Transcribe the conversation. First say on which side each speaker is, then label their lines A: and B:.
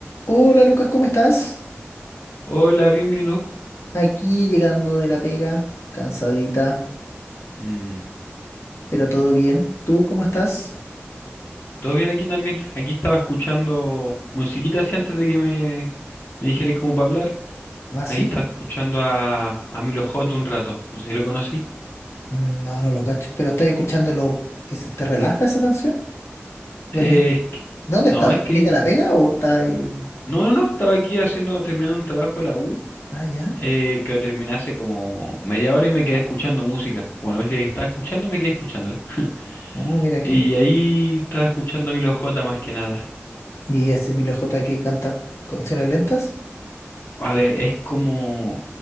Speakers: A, on the left; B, on the left.
A: Hola Lucas, ¿cómo estás?
B: Hola, bienvenido.
A: Aquí llegando de la pega, cansadita,
B: Mm,
A: pero todo bien. ¿Tú cómo estás?
B: ¿todo bien aquí también? Aquí estaba escuchando musiquita así antes de que me, me dijeras cómo para hablar.
A: ¿Ah,
B: Aquí
A: sí?
B: estaba escuchando a, a Milo J un rato. No sé si lo conocí.
A: Mm, No, no lo cacho, pero estás escuchándolo. ¿Ese- ¿Te relaja esa canción? ¿Venís-
B: Eh, es que-
A: ¿Dónde
B: no,
A: estás?
B: es
A: ¿Venís
B: que... el-
A: de la pega o estás ahí?
B: No, no, no. Estaba aquí haciendo, terminando un trabajo de la U.
A: Ah, ya.
B: eh, que lo terminé hace como media hora y me quedé escuchando música. Como la música que estaba escuchando, me quedé escuchándola. <laughs>
A: Ah, mira
B: Y
A: que.
B: ahí estaba escuchando a Milo J más que nada.
A: ¿Y ese Emilio J que canta canciones lentas?
B: A ver, es como,